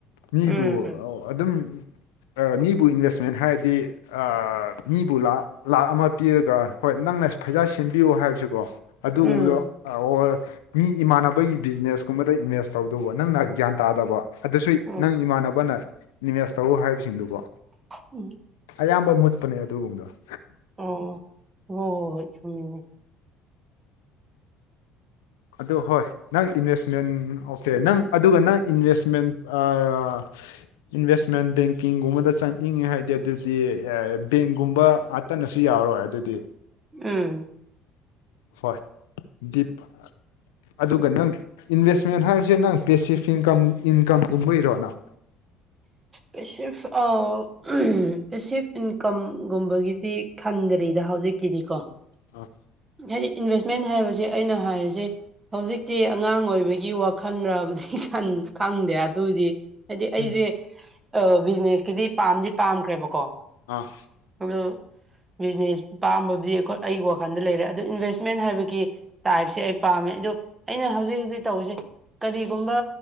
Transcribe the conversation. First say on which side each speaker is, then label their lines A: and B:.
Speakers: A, on the left (about 70°); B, on the right (about 25°).
A: ꯃꯤꯕꯨ
B: ꯎꯝ
A: ꯑꯧ ꯑꯗꯨꯝ ꯑꯥ ꯃꯤꯕꯨ ꯏꯟꯚꯦꯁꯃꯦꯟ ꯍꯥꯏꯔꯗꯤ ꯑꯥꯑ ꯃꯤꯕꯨ ꯂꯥꯛꯈ ꯂꯥꯛꯈ ꯑꯃ ꯄꯤꯔꯒ ꯍꯣꯏ ꯅꯪꯅ ꯐꯩꯖꯥ ꯁꯦꯝꯕꯤꯌꯨ ꯍꯥꯏꯕꯁꯤꯀꯣ ꯑꯗꯨꯒꯨꯝꯕꯗꯣ
B: ꯎꯝ
A: ꯑꯣꯔ ꯃꯤ ꯏꯃꯥꯟꯅꯕꯒꯤ ꯕꯤꯖꯤꯅꯦꯁ ꯀꯨꯝꯕꯗ ꯏꯃꯦꯖ ꯇꯧꯗꯨꯕꯨ ꯅꯪꯅ ꯒ꯭ꯌꯥꯟ ꯇꯥꯗꯕ ꯑꯗꯨꯁꯨ
B: ꯎꯝ
A: ꯅꯪ ꯏꯃꯥꯟꯅꯕꯅ ꯅꯤꯃꯦꯖ ꯇꯧꯔꯣ ꯍꯥꯏꯕꯁꯤꯡꯗꯨꯕꯣ
B: ꯎꯪ
A: ꯑꯌꯥꯝꯕ ꯃꯨꯠꯄꯅꯦ ꯑꯗꯨꯒꯨꯝꯕꯗꯣ
B: ꯑꯣ ꯍꯣꯏ ꯍꯣꯏ ꯆꯨꯨꯝꯃꯤꯅꯦ
A: ꯑꯗꯨ ꯍꯣꯏ ꯅꯪ ꯏꯟꯚꯦꯁꯃꯦꯟ ꯑꯣꯀꯦ ꯅꯪ ꯑꯗꯨꯒ ꯅꯪ ꯏꯟꯚꯦꯁꯃꯦꯟ ꯑꯥꯑ ꯏꯟꯚꯦꯁꯃꯦꯟ ꯕꯦꯡꯀꯤꯡꯒꯨꯝꯕꯗ ꯆꯠꯅꯤꯡꯉꯦ ꯍꯥꯏꯗꯤ ꯑꯗꯨꯗꯤ ꯑꯥꯑ ꯕꯦꯡꯒꯨꯝꯕ ꯑꯗ ꯇꯅꯁꯨ ꯌꯥꯎꯔꯣꯏ ꯑꯗꯨꯗꯤ
B: ꯎꯝ
A: ꯍꯣꯏ ꯗꯤꯞ__ ꯑꯗꯨꯒ ꯅꯪ ꯏꯟꯚꯦꯁꯃꯦꯟ ꯍꯥꯏꯔꯤꯁꯦ ꯅꯪ ꯄꯦꯁꯤꯐ ꯏꯟꯀꯝ ꯏꯟꯀꯝ ꯒꯨꯝꯕꯩꯔꯣ ꯅꯪ
B: ꯄꯦꯁꯤꯐ ꯑꯥꯎ ꯄꯦꯁꯤꯐ ꯏꯟꯀꯝꯒꯨꯝꯕꯒꯤꯗꯤ__ ꯐꯪꯗꯔꯤꯗ ꯍꯧꯖꯤꯛꯀꯤꯗꯤꯀꯣ
A: ꯑ
B: ꯍꯥꯏꯗꯤ ꯏꯟꯚꯦꯁꯃꯦꯟ ꯍꯥꯏꯕꯁꯦ ꯑꯩꯅ ꯍꯥꯏꯔꯖꯦ__ ꯍꯧꯖꯤꯛꯇꯤ ꯑꯉꯥꯡ ꯑꯣꯏꯕꯒꯤ ꯋꯥꯈꯜꯔꯕꯨꯗꯤ ꯈꯪꯗꯦ ꯑꯗꯨꯗꯤ__ ꯍꯥꯏꯗꯤ ꯑꯩꯖꯦ
A: ꯎꯝ
B: ꯕꯤꯖꯤꯅꯦꯁꯀꯤꯗꯤ ꯄꯥꯝꯗꯤ ꯄꯥꯝꯈ꯭ꯔꯦꯕꯀꯣ__
A: ꯑꯥ
B: ꯑꯗꯣ ꯕꯤꯖꯤꯅꯦꯁ ꯄꯥꯝꯕꯗꯤ ꯑꯩꯈꯣ ꯑꯩꯒꯤ ꯋꯥꯈꯜꯗ__ ꯂꯩꯔꯦ ꯑꯗꯨ ꯏꯟꯚꯦꯁꯃꯦꯟ ꯍꯥꯏꯕꯒꯤ ꯇꯥꯏꯞꯁꯦ ꯑꯩ ꯄꯥꯝꯃꯦ ꯑꯗꯣ ꯑꯩꯅ ꯍꯧꯖꯤꯛ ꯍꯧꯖꯤꯛ ꯇꯧꯔꯤꯁꯦ__ ꯀꯔꯤꯒꯨꯝꯕ